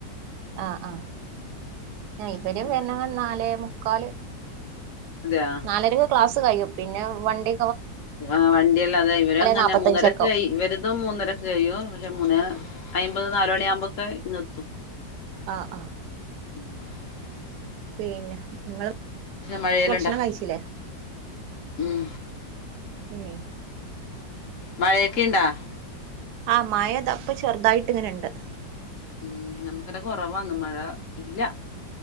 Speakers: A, on the right; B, on the left.
A: ആഹ് ആഹ് ഞാ ഇപർ
B: പിന്നെന്താന്ന്
A: വരണ നാലേ മൂകാൽ
B: അതെയാ
A: നാലരക്കെ ക്ലാസ്സ് കഴിഴും പിന്നെ വണ്ടി
B: ആ വണ്ടിയല്ലാതെ ഇവര് അങ്ങനെ
A: നാപ്പത്തഞ്ചൊക്കെ
B: മൂന്നരക്ക്
A: ആവും
B: ക ഇവരിതും മൂന്നരക്ക് കഴിയു പക്ഷെ മൂന്ന് അമ്പത് നാല മണിയ ആമ്പൊക്കെ ഇന്ന്ത്തും-
A: ആഹ് ആഹ്
B: <unintelligible>
A: പിന്നെ നിങ്ങള്
B: മഴെലണ്ടാ
A: ഭക്ഷണം കഴിച്ചില്ലേ
B: ഉം
A: ഏഹ്
B: മഴയെക്കെ ഇണ്ടാ?
A: ആ മഴത ഇപ്പ ചെറുതായിട്ട് ഇങ്ങനെണ്ട്
B: ഉം നമുക്കല്ല കുറവാന്ന് മഴ ഇല്ല